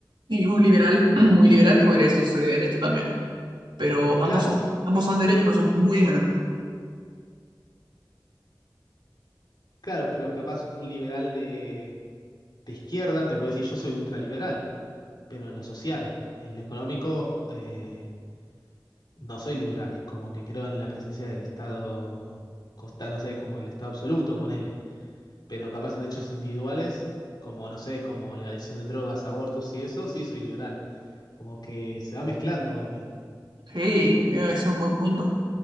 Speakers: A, on the right (about 80°); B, on the left (about 65°).
A: y un liberal <clears throat> muy liberal te podría decir soy de derecha también. Pero
B: claro,
A: ambos, ambos son de derecha, pero son muy diferentes.
B: por- claro, pero capaz un liberal de, de izquierda te puede decir yo soy ultraliberal, pero en lo social, en lo económico... eh, No soy liberal, como que creo en la presencia del Estado, consta- no sé, como el Estado absoluto, ponele, pero capaz en derechos individuales, como, no sé, como legalización de drogas, abortos y eso, sí soy liberal, como que se va mezclando para mí.
A: Sí, eh, ese es un buen punto,